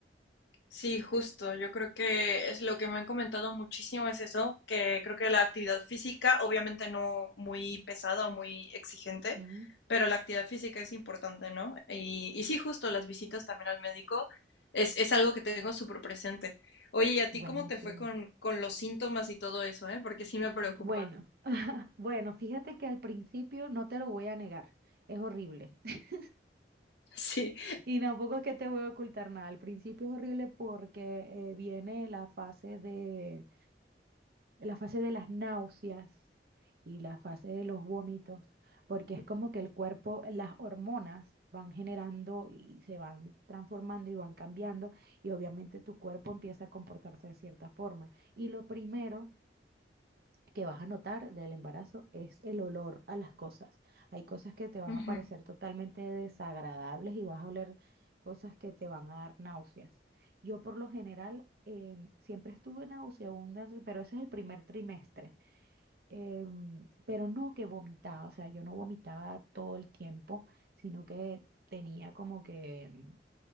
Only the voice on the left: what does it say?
Sí, justo. Yo creo que es lo que me han comentado muchísimo es eso, que creo que la actividad física, obviamente no muy pesada o muy exigente,
pero la actividad física es importante, ¿no? Y, y sí, justo las visitas también al médico es, es algo que tengo súper presente. Oye, ¿y a ti
cómo te fue con, con los síntomas y todo eso, eh? Porque sí me preocupa.
<laughs>
Sí.
Ujú.